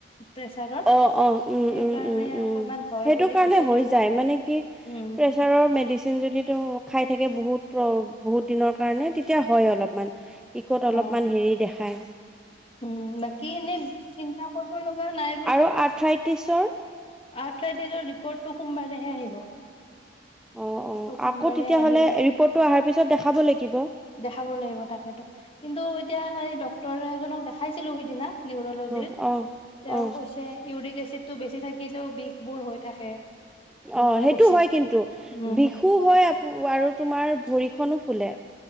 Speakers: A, on the left (about 30°); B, in the centre.
A: প্ৰেচাৰৰ
B: অ-অ, উম-উম-উম-উম,
A: সেইকাৰণে অকমান হয়
B: সেইটো
A: বুলি
B: কাৰণে
A: কৈছে
B: হৈ যায় মানে কি
A: উম
B: প্ৰেচাৰৰ মেডিচিন যদিটো খাই থাকে বহুত বহুত দিনৰ কাৰণে তেতিয়া হয় অলপমান। ইকত অলপমান
A: অ
B: হেৰি দেখায়।
A: উম' বাকী এনেই চিন্তা কৰিব লগা নাই।
B: আৰু আৰ্থ্ৰাইটিছৰ,
A: আৰ্থৰাইটিচৰ ৰিপৰ্টটো তোমাৰ সোমবাৰে হে আহিব।
B: অ',
A: সেইটো
B: অ',
A: সোমবাৰে
B: আকৌ তেতিয়াহ'লে
A: আহিলে
B: ৰিপৰ্টটো আহাৰ পিছত দেখাব লাগিব।
A: দেখাব লাগিব তাকেতো কিন্তু এতিয়া সেই ডক্টৰ এজনক খাইছিলু সিদিনা নিউৰোলজি
B: অ অ
A: তেওঁ
B: অ
A: কৈছে উৰিক এছিডতু থাকিলেও বিষবোৰ হৈ থাকে। তেনেকে
B: অ', সেইটো
A: কৈছে
B: হয় কিন্তু
A: উম
B: বিষু হয় আৰু তোমাৰ ভৰি খনো ফুলে।